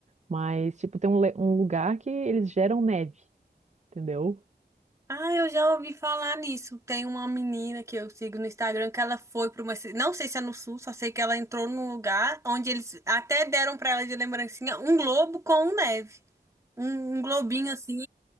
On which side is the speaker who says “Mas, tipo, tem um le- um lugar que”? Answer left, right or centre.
Right